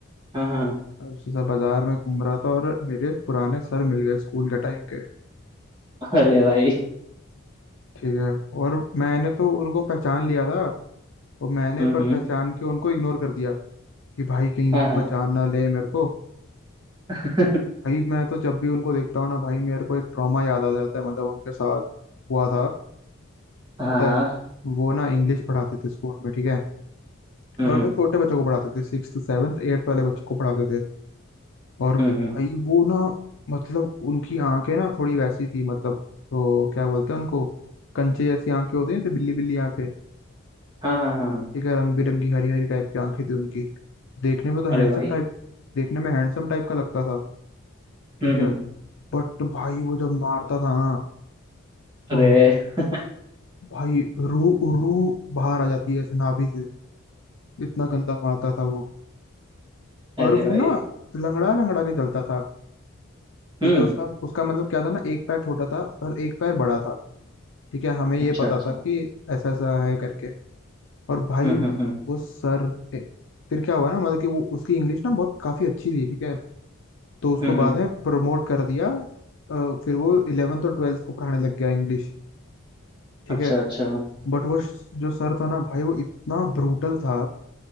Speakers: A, on the right; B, on the left.
A: हाँ हाँ
B: उसी सा बाजार में घूम रहा था और मेरे पुराने सर मिल गए स्कूल के टाइम के
A: अरे भाई
B: ठीक है और मैंने तो उनको पहचान लिया था और मैंने
A: हम्म
B: पर
A: हम्म
B: पहचान के उनको इग्नोर कर दिया कि भाई कहीं
A: हाँ हाँ
B: पहचान ना ले मेरे को
A: <laughs>
B: भाई मैं तो जब भी उनको देखता हूँ ना भाई मेरे को एक ट्रॉमा याद आ जाता है मतलब उनके साथ हुआ था
A: हाँ
B: पता
A: हाँ
B: है वो ना इंग्लिश पढ़ाते थे स्कूल में ठीक है
A: हम्म
B: और
A: हम्म
B: वो छोटे बच्चों को पढ़ाते थे सिक्स सेवन्थ एट्थ वाले बच्चों को पढ़ाते थे और
A: हम्म,
B: भाई
A: हम्म।
B: वो ना मतलब उनकी आंखें ना थोड़ी वैसी थी मतलब तो क्या बोलते हैं उनको कंचे जैसी आंखें होती हैं जैसे बिल्ली बिल्ली आंखें
A: हाँ हाँ हाँ हाँ
B: ठीक है रंग बिरंगी हरी हरी टाइप की आंखें थी उनकी देखने में तो
A: अरे
B: हैंडसम
A: भाई
B: टाइप देखने में हैंडसम टाइप का लगता था ठीक
A: हम्म
B: है
A: हम्म
B: बट भाई वो जब मारता था ना ओह
A: अरे <laughs>
B: भाई रू रू बाहर आ जाती है ऐसे नाभि से इतना गंदा मारता था वो
A: अरे
B: और वो
A: भाई
B: ना लंगड़ा लंगड़ा के चलता था ठीक
A: हम्म
B: है उसका उसका मतलब क्या था ना एक पैर छोटा था और एक पैर बड़ा था ठीक है हमें ये
A: अच्छा
B: पता
A: अच्छा
B: था
A: हम्म
B: कि ऐसा ऐसा है करके और भाई
A: हम्म हम्म
B: वो सर ए- फिर क्या हुआ ना मतलब कि वो उसकी इंग्लिश ना बहुत काफी अच्छी थी ठीक है तो उसको
A: हम्म
B: बाद
A: हम्म,
B: में प्रमोट कर दिया अ, फिर वो इलेवेंथ और ट्वेल्थ को पढ़ाने लग गया इंग्लिश ठीक
A: अच्छा
B: है
A: अच्छा
B: बट वो श- जो सर था ना भाई वो इतना ब्रूटल था